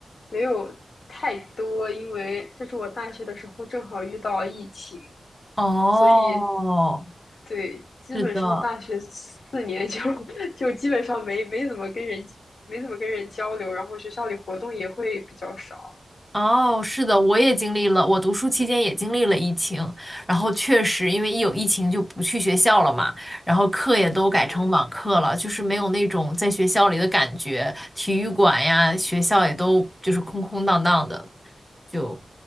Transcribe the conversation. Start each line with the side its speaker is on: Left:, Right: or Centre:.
Left: 没有太多，因为就是我大学的时候正好遇到疫情，
Centre: 哦，
Left: 所以对，基本上大学四年就
Centre: 是的，
Left: <laughs> 就基本上没没怎么跟人没怎么跟人交流，然后学校里活动也会比较少。
Centre: 哦，是的，我也经历了，我读书期间也经历了疫情，然后确实因为一有疫情就不去学校了嘛，然后课也都改成网课了，
Left: 嗯，
Centre: 就是没有那种在学校里的感觉，体育馆呀，学校也都就是空空荡荡的，就